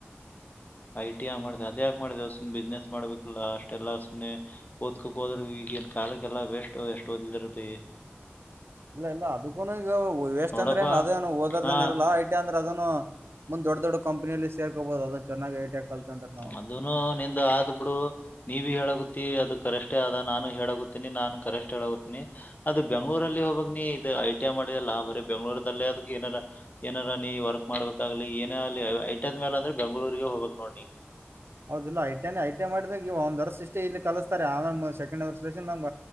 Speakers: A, on the left; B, on the right.
A: ಐ ಟಿ ಐ ಮಾಡಿದೆ ಅದ ಯಾಕ ಮಾಡಿದೆ ಸುಮ್ ಬಿಸ್ನೆಸ್ ಮಾಡ್ಬೇಕಿತ್ತಲ್ಲಾ ಅಷ್ಟೆಲ್ಲ ಸುಮ್ನೆ ಓದ್ಕಕ್ ಹೋದ್ರ ಈ <unintelligible> ಕಾಲಕ್ಕೆಲ್ಲಾ ವೇಸ್ಟ್ ಎಷ್ಟು ಓದಿದ್ರ ಬಿ <unintelligible>
B: ಹ <unintelligible> <inaudible> ಇಲ್ಲ ಇಲ್ಲ ಅದಕ್ಕೂನು ಈಗ ವೇಸ್ಟ್
A: ನೋಡಪ್ಪ
B: ಅಂದ್ರೆ ಅದನು ಓದರ್ದನ್
A: ನಾ
B: ಇರಲ್ಲ ಐಟ ಅಂದ್ರೆ ಅದನು ಮುಂದ ದೊಡದೊಡ್ಡಂಪನಿಯಲ್ಲಿ ಸೀರ್ಕೋಬಹುದುದು ಚೆನಗಿ ಐ <unintelligible> ನಾವು
A: ಅದನು ನಿಂದು ಆದ್ ಬಿಡು ನೀವ ಹೇಳಗುತ್ತ ಅದು ಕರೆಷ್ಟೇ ಆದದ ನಾನು ಹೇಳೋಗುತ್ತೀನಿ ನಾನು ಕರೆಷ್ಟ್ ಹೇಳೋಗುತ್ತೀನಿ ಅದು ಬೆಂಗಳೂರಲ್ಲಿ ಹೋಗಾಗ ನೀ ಇ <unintelligible> ಐ ಟಿ ಐ ಮಾಡಿದೆಲ್ಲಾ ಬರೀ ಬೆಂಗ್ಗಳೂರ್ಲ್ಲೇ ಅದ ಏನಾರ ಏನಾರ ನೀ ವರ್ಕ್ ಮಾಡ್ಬೇಕಾಗ್ಲಿ ಏನೇ ಅ <unintelligible> ಐಟದ ಮೇಲೆ ಅಂದ್ರೆ ಬೆಂಗಳೂರಿಗೆ ಹೋಗಬೇಕ್ ನೋಡ್ಡಿ ನೀ <unintelligible>
B: ಹೌದಿಲ್ಲಲ್ಲ ಐ ಟ ಐ <unintelligible> ಮಾಡಿದಾಗ ಈಗ ಒಂದ್ವರ್ ಸೃಷ್ಟ್ ಇಲ್ಲಿ ಕಲಸ್ತಾರೆ ಆಮೇಲೆ ಸೆಕೆರ್ ಸ ನಮ್